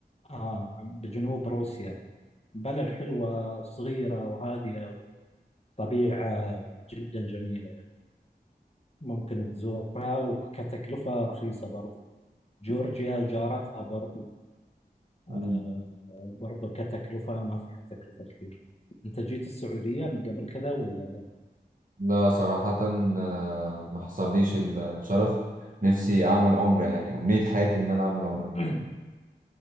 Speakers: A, on the left (about 35°); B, on the right (about 50°).
A: آه بجنوب روسيا بلد حلوة صغيرة وهادية وطبيعة جدا جميلة يعني ممكن تزورها وكتكلفة رخيصة برضو جورجيا جارتها برضو آه
B: مم.
A: برضو كتكلفة ما فيها تكلفة كثير أنت جيت السعودية من قبل كذا ولا
B: لا صراحة آه، ما حصليش ال- الشرف نفسي اعمل عمرة يعني امنية حياتي ان انا اعمل عمرة
A: <clears throat>